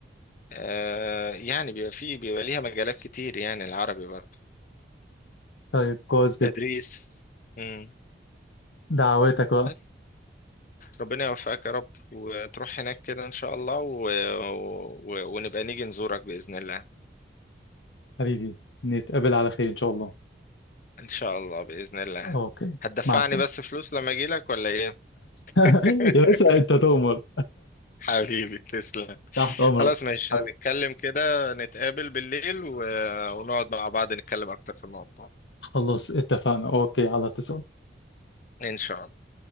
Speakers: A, on the left; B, on the left.
A: آه، يعني بيبقى في بيبقى ليها مجالات كتير يعني العربي برضو
B: طيب كويس
A: تدريس
B: جدا
A: مم.
B: دعواتك بقى
A: بس ربنا يوفقك يا رب وتروح هناك كده إن شاء الله و... و... ونبقى نيجي نزورك بإذن الله
B: حبيبي نتقابل على خير ان شاء الله
A: إن شاء الله بإذن الله
B: اوكي
A: هتدفعني
B: مع السلامه
A: بس فلوس لما أجيلك ولا إيه؟
B: <laughs>
A: <laughs>
B: يا باشا انت تؤمر
A: حبيبي تسلم
B: تحت أمرك
A: خلاص ماشي
B: حبيبي
A: هنتكلم كده نتقابل بالليل و... ونقعد مع بعض نتكلم أكتر في الموضوع
B: خلاص اتفقنا أوكي على اتصال
A: إن شاء الله